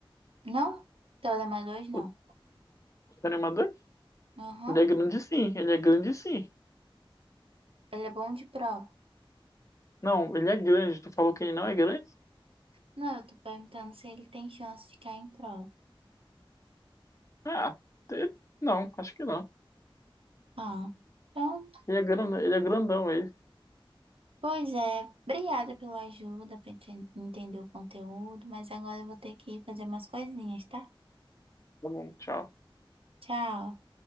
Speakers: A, on the right; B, on the left.
A: Não? Teorema 2 não.
B: o Teorema 2
A: Aham.
B: Ele é grande sim, ele é grande sim.
A: Ele é bom de prova.
B: Não, ele é grande. Tu falou que ele não é grande?
A: Não, eu tô perguntando se ele tem chance de cair em prova.
B: Ah, te- não, acho que não.
A: Ah, então
B: Ele é grande, ele é grandão, ele.
A: Pois é, obrigada pela ajuda para entender o conteúdo, mas agora eu vou ter que fazer umas coisinhas, tá?
B: Tá bom, tchau.
A: Tchau.